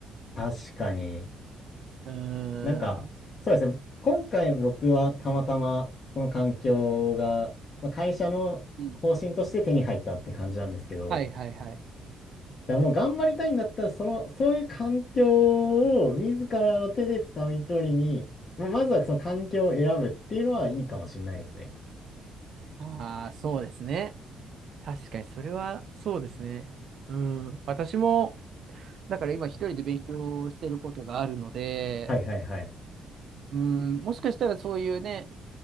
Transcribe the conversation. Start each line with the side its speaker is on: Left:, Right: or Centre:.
Left: 確かに。
Right: うー
Left: なんか、
Right: ん。
Left: そうですね。今回僕はたまたまその環境が、まあ、会社の方針として手に入ったって感じなんですけど、
Right: うんはいはいはい。
Left: だからもう頑張りたいんだったら、その、そういう環境を自らの手で掴み取りに、まあまずはその環境を選ぶっていうのはいいかもしれないですね。
Right: ああ、そうですね。確かにそれはそうですね。うん。私も、だから今一人で勉強してることがあるので、
Left: はいはいはい。
Right: うん、もしかしたらそういうね、